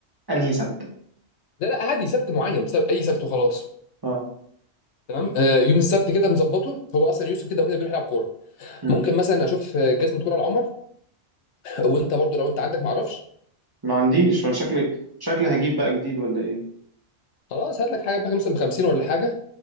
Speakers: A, on the right; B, on the left.
A: أنهي سبت
B: لا لا عادي سبت معين سبت اي سبت وخلاص
A: اه
B: تمام آه يوم السبت كده نظبطه هو اصلا يوسف كده وكده بيروح يلعب كوره
A: مم.
B: ممكن مثلا اشوف آه، جزمه كوره لعمر وانت برضو لو انت عندك معرفش
A: ما عنديش أنا شكلي شكلي هجيب بقى جديد ولا إيه
B: خلاص هات لك حاجه بقى مثلا ب 50 ولا حاجه